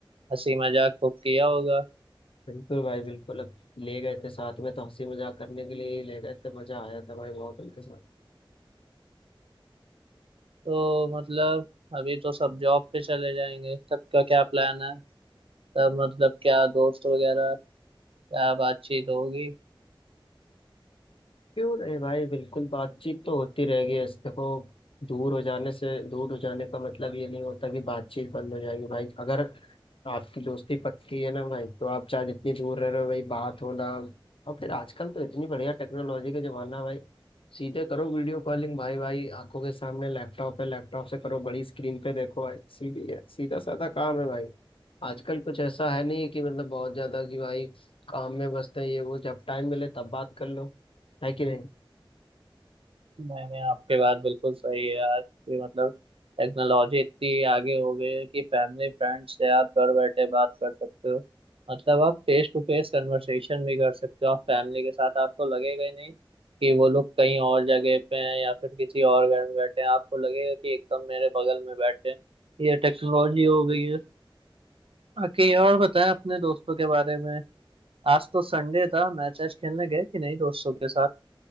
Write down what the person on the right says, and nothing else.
हंसी मजाक खूब किया होगा
तो मतलब अभी तो सब जॉब पे चले जाएंगे सबका क्या प्लान है तब मतलब क्या दोस्त वगैरह क्या बातचीत होगी
नहीं नहीं आपकी बात बिल्कुल सही है यार कि मतलब टेक्नोलॉजी इतनी आगे हो गई है कि फैमिली फ्रेंड से आप घर बैठे बात कर सकते हो मतलब आप फेस टू फेस कन्वर्सेशन भी कर सकते हो आप फैमिली के साथ आपको लगेगा ही नहीं कि वो लोग कहीं और जगह पे हैं या फिर किसी और घर में बैठे हैं आपको लगेगा कि एकदम मेरे बगल में बैठे हैं ये टेक्नोलॉजी हो गई है बाकी और बताएं अपने दोस्तों के बारे में आज तो संडे था मैच आज खेलने गए कि नहीं दोस्तों के साथ